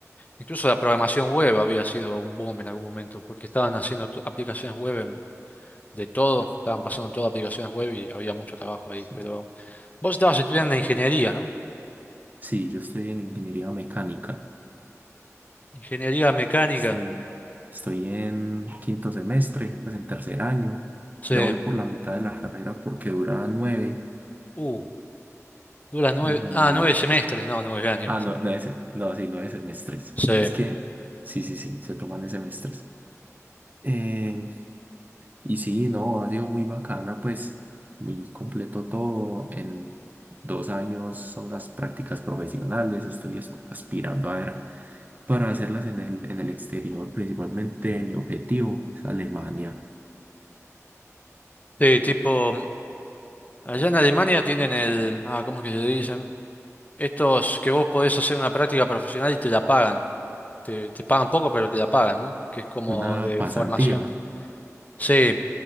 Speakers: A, on the left; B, on the right.
A: incluso la programación web había sido un boom en algún momento, porque estaban haciendo to- aplicaciones web en- de todo, estaban pasando todas aplicaciones web y había mucho trabajo ahí,
B: Sí,
A: pero vos estabas estudiando ingeniería, ¿no?
B: Sí, yo estoy en ingeniería mecánica.
A: Ingeniería mecánica,
B: Estoy, estoy en quinto semestre, pues en tercer año.
A: sí,
B: Ya voy por la mitad de la carrera porque dura nueve.
A: uh, dura nueve,
B: y
A: ah, nueve semestres, no, nueve años.
B: Ah, no, no es, no, sí, nueve semestres.
A: Sí.
B: Es que, sí, sí, sí, se toman en semestres. Eh, y sí, no, ha sido muy bacana, pues, muy completo todo. En dos años son las prácticas profesionales. Estoy as- aspirando a ver para hacerlas en el, en el exterior, principalmente mi objetivo es Alemania.
A: Sí, tipo, allá en Alemania tienen el, ah, ¿cómo es que se dicen? Estos que vos podés hacer una práctica profesional y te la pagan. Te, te pagan poco, pero te la pagan, ¿no? Que es como
B: Una
A: de
B: pasantía,
A: formación. Sí,